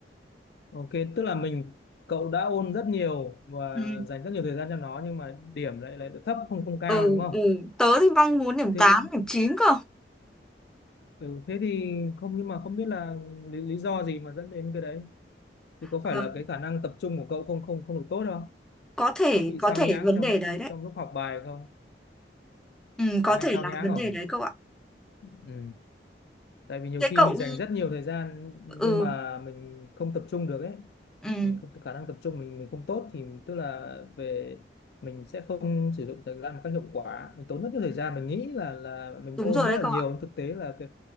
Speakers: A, on the left; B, in the centre.
A: ok tức là mình cậu đã ôn rất nhiều và
B: Ừ.
A: dành rất nhiều thời gian cho nó nhưng mà điểm lại lại thấp không không cao
B: ừ
A: đúng không
B: ừ tớ thì mong muốn điểm
A: thế
B: 8 điểm 9 cơ
A: ừ, thế thì không nhưng mà không biết là lý, lý do gì mà dẫn đến cái đấy thì có
B: Ờ,
A: phải là cái khả năng tập trung của cậu không không không được tốt không
B: có thể
A: có bị
B: có
A: sao
B: thể
A: nhãng
B: vấn
A: trong
B: đề
A: lúc
B: đấy đấy
A: trong lúc học bài không
B: ừ, có
A: có hay
B: thể
A: sao
B: là
A: nhãng
B: vấn
A: không
B: đề đấy cậu ạ
A: ừ tại vì nhiều
B: thế
A: khi
B: cậu
A: mình dành rất nhiều thời gian nhưng
B: ừ
A: mà mình không tập trung được ấy
B: ừ
A: mình không khả năng tập trung mình mình không tốt thì tức là về mình sẽ không sử dụng thời gian một cách hiệu quả mình tốn rất nhiều thời gian mình nghĩ là là mình
B: đúng
A: ôn
B: rồi
A: rất
B: đấy cậu
A: là nhiều
B: ạ
A: nhưng thực tế là cái,